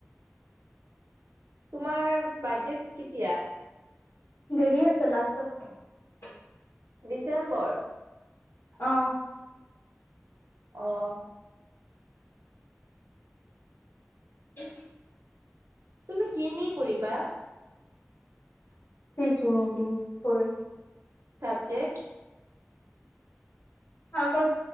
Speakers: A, on the right (about 80°); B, on the left (about 80°).
A: তোমাৰ বাৰ্থডে কেতিয়া।
B: দেৰি আছে লাষ্টত।
A: ডিচেম্বৰ।
B: অহ।
A: অহঁ।
B: উ <unintelligible>
A: তুমি ক নি ফুৰিবা।
B: কি কিন পিন পৰিম।
A: চাব্জেক্ট।
B: আকৌ